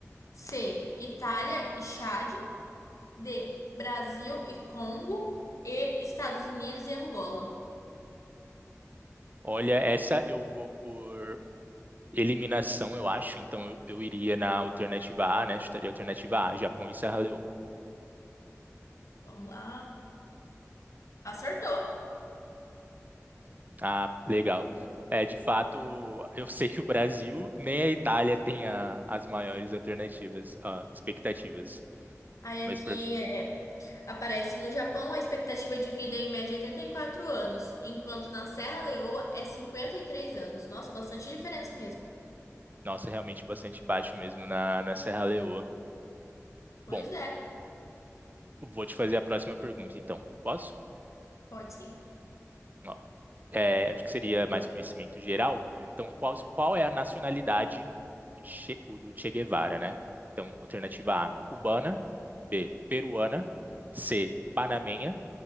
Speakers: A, on the left; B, on the right.
A: C. Itália e Chade. D. Brasil e Congo. E Estados Unidos e Angola.
B: Olha, essa eu vou por eliminação, eu acho. Então, eu, eu iria na alternativa A, né? Chutaria a alternativa A, Japão e Serra Leoa.
A: Vamos lá. Acertou.
B: Ah, legal. É, de fato, eu sei que o Brasil nem a Itália tem a- as maiores alternativas, ah, expectativas.
A: Aí
B: Mas,
A: aqui
B: per-
A: é. Aparece no Japão a expectativa de vida é em média 84 anos, enquanto na Serra Leoa é 53 anos. Nossa, bastante diferença mesmo.
B: nossa, é realmente bastante baixo mesmo na, na Serra Leoa.
A: Pois
B: Bom,
A: é,
B: vou te fazer a próxima pergunta, então. Posso?
A: pode sim.
B: Ó, é, acho que seria mais conhecimento geral. Então, qual, qual é a nacionalidade de che, o do Che Guevara, né? Então, alternativa A, cubana. B, peruana. C, panamenha.